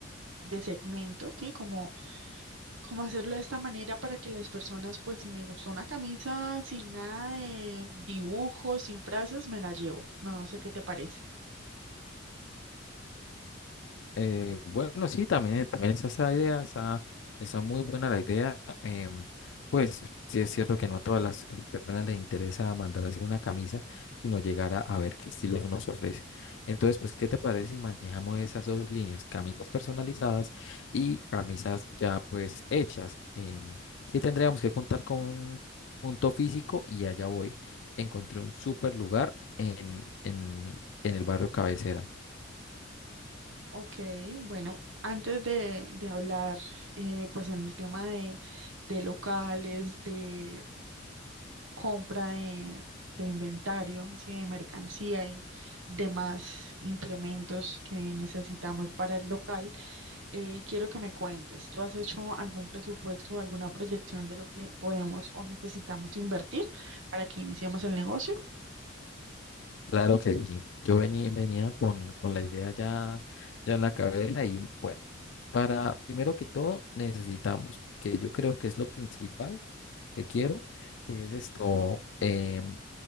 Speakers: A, on the right; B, on the left.
A: de segmentos, ¿sí? Como como hacerlo de esta manera para que las personas, pues si me gustó una camisa sin nada de dibujos, sin frases, me la llevo. No sé qué te parece.
B: Eh, bueno, sí, también, también esa es esa idea, esa esa muy buena la idea. em, pues sí es cierto que no a todas las personas les interesa mandar a hacer una camisa, sino llegar a, a ver qué estilo nos ofrece. Entonces, pues, ¿qué te parece si manejamos esas dos líneas, camisas personalizadas y camisas ya pues hechas? Em, sí tendríamos que contar con un punto físico y allá voy. Encontré un súper lugar en, en en el barrio Cabecera.
A: Ok, bueno, antes de, de hablar, eh, pues en el tema de, de locales, de compra de, de inventario, así de mercancía y demás implementos que necesitamos para el local. eh, quiero que me cuentes, ¿tú has hecho algún presupuesto o alguna proyección de lo que podemos o necesitamos invertir para que iniciemos el negocio?
B: Claro que sí. Yo venía, venía con, con la idea ya, ya en la cabeza y bueno, para primero que todo necesitamos, que yo creo que es lo principal que quiero, es esto, em,